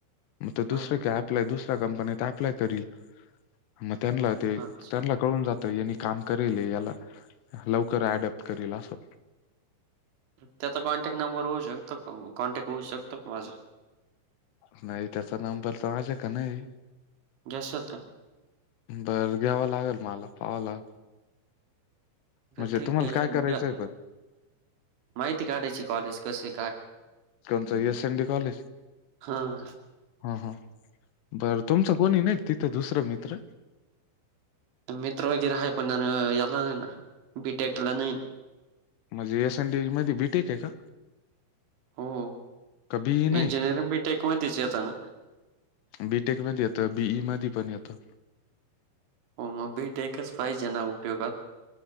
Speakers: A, on the left; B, on the right.
A: मग दुसरं
B: हां,
A: मग दुसऱ्या कंपनीत अप्लाय करेल मग त्यांना ते
B: अच्छा.
A: त्यांना कळून जात यांनी काम करेल याला लवकर अडप्ट करेल असं
B: त्याचा कॉन्टॅक्ट नंबर होऊ शकतो कॉन्टॅक्ट होऊ शकतो का माझं?
A: नाही त्याचा नंबर तर माझ्याक नाही.
B: गॅस होता
A: बरं घ्यावं लागेल मला पाहावं ला.
B: तर
A: म्हणजे
B: ठीक
A: तुम्हाला
B: आहे
A: काय करायचंय
B: घ्या.
A: पण?
B: माहिती काढायची कॉलेज कसे?
A: कोणतं एस एन डी कॉलेज?
B: हां,
A: हा हा बरं तुमचं कोणी नाही तिथं दुसरं मित्र?
B: मित्र वगैर हाय पण न एला न ना बी टेक ला नयी.
A: म्हणजे एसएन डी मध्ये बीटेक आहे का?
B: हो.
A: का बीई नाही
B: इंजिनिअरिंग बीटेक मध्येच येत ना?
A: बीटेक मध्ये येतं बीई मध्ये पण येतं.
B: हो मग बीटेकच पाहीजे ना उपयोगात.